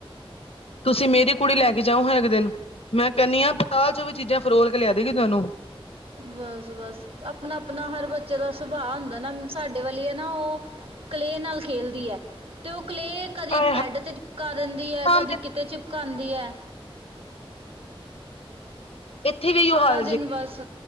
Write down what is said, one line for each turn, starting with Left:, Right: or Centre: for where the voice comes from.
Left: ਤੁਸੀਂ ਮੇਰੀ ਕੁੜੀ ਲੈ ਕੇ ਜਾਓ ਹਾਂ ਏਕ ਦੇਨ, ਮੈਂ ਕੈਨੀ ਆਂ ਪਤਾਲ ਚੋਂ ਵੀ ਚੀਜ਼ਾਂ ਫਰੋਲ ਕੇ ਲਿਆ ਦੇਗੀ ਤੁਆਨੂੰ।
Right: ਬਸ-ਬਸ ਆਪਣਾ-ਆਪਣਾ ਹਰ ਬੱਚੇ ਦਾ ਸੁਭਾਅ ਹੁੰਦਾ ਨਾ ਸਾਡੇ ਵਾਲੀ ਆ ਨਾ ਓ ਕਲੇਅ ਨਾਲ ਖੇਲਦੀ ਐ, ਤੇ ਓ ਕਲੇਅ ਕਦੀ
Left: ਆਏ ਹਾਏ,
Right: ਬੈਡ ਤੇ ਚਿਪਕਾ ਦਿੰਦੀ ਐ
Left: ਸਾਹਮਣੇ
Right: ਕਦੀ ਕਿਤੇ ਚਿਪਕਾਂਦੀ ਐ।
Left: ਇੱਥੇ ਵੀ
Right: ਸਾਰਾ
Left: ਇਹੋ ਹਾਲ ਜੇ
Right: ਦਿਨ ਬਸ